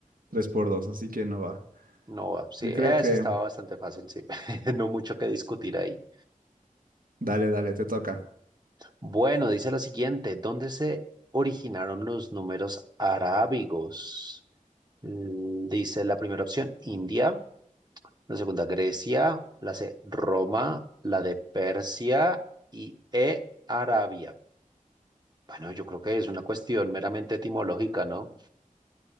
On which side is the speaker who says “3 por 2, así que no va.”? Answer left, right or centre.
Right